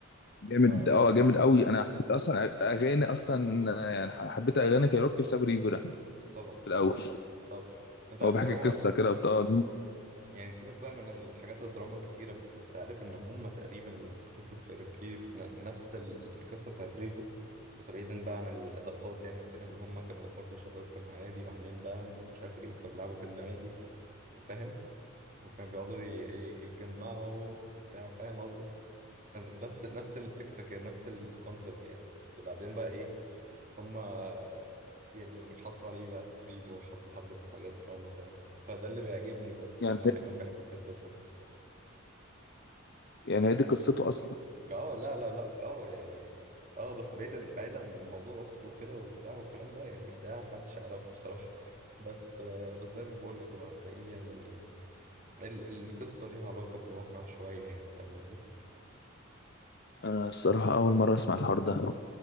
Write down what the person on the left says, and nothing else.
جامد
اه
جامد قوي انا حبيت اصلا اغاني اصلا آه، يعني حبيت اغاني كايروكي بسبب ريفو ده
في الاول
هو بيحكي
قصه كده بتاع
يعني
يعني هي دي قصته اصلا
انا الصراحه اول مره اسمع الحوار ده